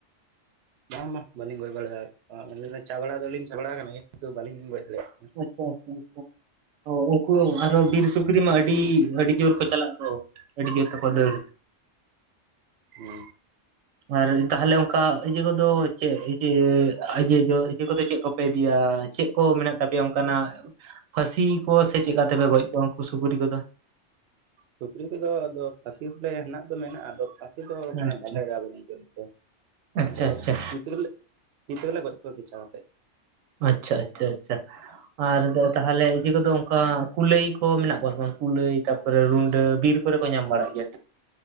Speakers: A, on the right; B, on the right.
A: ᱵᱟᱝ ᱵᱟᱝ ᱵᱟᱹᱞᱤᱧ ᱜᱚᱡ ᱵᱟᱲᱟ ᱟᱠᱟᱫ ᱠᱚᱣᱟ, ᱟᱹᱞᱤᱧ ᱫᱚ ᱪᱟᱵᱲᱟ ᱫᱚᱞᱤᱧ ᱪᱟᱵᱲᱟ ᱟᱠᱟᱱᱟ᱾ ᱠᱤᱱᱛᱩ ᱵᱟᱹᱞᱤᱧ ᱜᱚᱡ ᱫᱟᱲᱮᱭᱟᱜ-ᱟ
B: ᱟᱪᱪᱷᱟ ᱟᱪᱪᱷᱟ ᱟᱪᱪᱷᱟ᱾ ᱚ ᱩᱱᱠᱩ ᱟᱨᱦᱚᱸ ᱵᱤᱨ ᱥᱩᱠᱨᱤ ᱢᱟ ᱟᱹᱰᱤ ᱟᱹᱰᱤ ᱡᱳᱨ ᱠᱚ ᱪᱟᱞᱟᱜ ᱫᱚ ᱟᱹᱰᱤ ᱡᱳᱨ ᱛᱟᱠᱚ ᱯᱟᱹᱫᱟᱹᱲ,
A: ᱦᱩᱸ ᱦᱩᱸ
B: ᱟᱨ ᱛᱟᱦᱚᱞᱮ ᱚᱱᱠᱟ ᱤᱭᱟᱹ ᱠᱚᱫᱚ ᱪᱮᱫ ᱤᱭᱟᱹ ᱤᱡᱟᱹ ᱠᱚ ᱤᱡᱟᱹ ᱠᱚᱫᱚ ᱪᱮᱫ ᱠᱚ, ᱯᱮ ᱤᱫᱤᱭᱟ ᱪᱮᱫ ᱠᱚ ᱢᱮᱱᱟᱜ ᱛᱟᱯᱮ, ᱚᱱᱠᱟᱱᱟᱜ ᱯᱷᱟᱹᱥᱤ ᱠᱚ ᱥᱮ ᱪᱮᱫ ᱞᱮᱠᱟ ᱛᱮᱯᱮ ᱜᱚᱡ ᱠᱚᱣᱟ ᱩᱱᱠᱩ ᱥᱩᱠᱨᱤ ᱠᱚᱫᱚ,
A: ᱥᱩᱠᱨᱤ ᱠᱚᱫᱚ ᱟᱫᱚ ᱯᱟᱹᱥᱤ ᱦᱚᱸᱞᱮ ᱦᱮᱱᱟᱜ ᱫᱚ ᱢᱮᱱᱟᱜ-ᱟ ᱟᱫᱚ, ᱥᱩᱠᱨᱤ ᱫᱚ
B: ᱟᱪᱪᱷᱟ
A: ᱢᱟᱱᱮ ᱵᱟᱞᱮ ᱜᱮᱭᱟ <unintelligible> <unintelligible>
B: ᱟᱪᱪᱷᱟ
A: ᱟᱫᱚ
B: ᱟᱪᱪᱷᱟ
A: ᱛᱤ ᱨᱮᱞᱮ, ᱛᱤ ᱛᱮᱜᱮᱞᱮ ᱜᱚᱡ ᱠᱚᱣᱟ ᱠᱤᱪᱟ ᱠᱟᱛᱮᱫ,
B: ᱟᱪᱪᱷᱟ ᱟᱪᱪᱷᱟ ᱟᱪᱪᱷᱟ ᱟᱨ ᱛᱟᱦᱚᱞᱮ ᱤᱡᱟᱹ ᱠᱚᱫᱚ ᱚᱱᱠᱟ, ᱠᱩᱞᱟᱹᱭ ᱠᱚ ᱢᱮᱱᱟᱜ ᱠᱚᱣᱟ ᱥᱮ ᱵᱟᱝ ᱠᱩᱞᱟᱹᱭ ᱛᱟᱯᱚᱨᱮ ᱨᱩᱰᱟᱹ ᱵᱤᱨ ᱠᱚᱨᱮ ᱠᱚ ᱧᱟᱢ ᱵᱟᱲᱟᱜ ᱜᱮᱭᱟ᱾